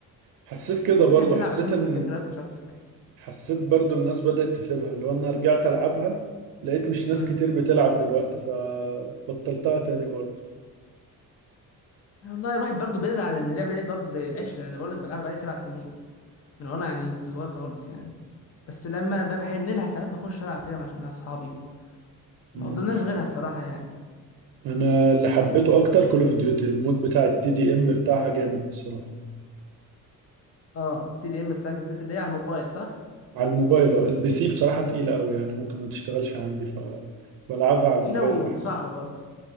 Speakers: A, on the right; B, on the left.
A: حسيت كده
B: بس
A: برضو
B: احنا بنلعب
A: حسيت
B: عشان بس
A: ان
B: الذكريات مش اكتر
A: حسيت برضو الناس بدأت تسيبها اللي هو انا رجعت العبها لقيت مش ناس
B: مم.
A: كتير بتلعب دلوقتي فبطلتها تاني برضو
B: والله الواحد برضه بيزعل ان اللعبه ديت برضه دي العشره انا بقول لك بلعبها بقالي سبع سنين من وانا يعني كنت صغير خالص يعني بس لما ب- بحن لها ساعات بخش العب كده مع مع اصحابي
A: مم.
B: ما قدمناش غيرها الصراحه يعني
A: انا اللي حبيته اكتر كول اوف ديوتي المود بتاع التي دي ام بتاعها جامد بصراحة
B: اه تي دي ام بتاع كول اوف ديوتي اللي هي على الموبايل صح؟
A: على الموبايل آه. البي سي بصراحة
B: مم.
A: تقيلة قوي يعني ممكن ما تشتغلش عندي فبلعبها على
B: تقيله
A: الموبايل
B: وصعبه
A: احسن
B: برضه